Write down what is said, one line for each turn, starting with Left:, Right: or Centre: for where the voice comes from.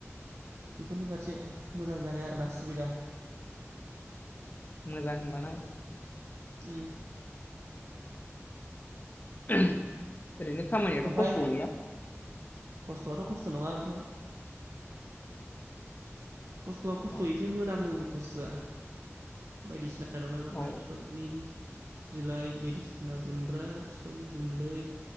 Right: बेफोरनि फारसे मोजां जानाय आरोना सुबिदा
Left: मोजां होनबाना
Right: उम
Left: ओरैनो खामानिया
Right: ओमफाय
Left: गाज्रि गैया
Right: खस्थ'आथ' खस्थ' नङा ओमफाय खस्थ'आ खस्थ'य
Left: औ
Right: एसे मोनामो बुस्थुआ बायदिसिना दंना बाय
Left: औ
Right: <unintelligible> बिफांनि बिलाइ बायदिसिना गुन्द्रा बिफांनि गुन्दै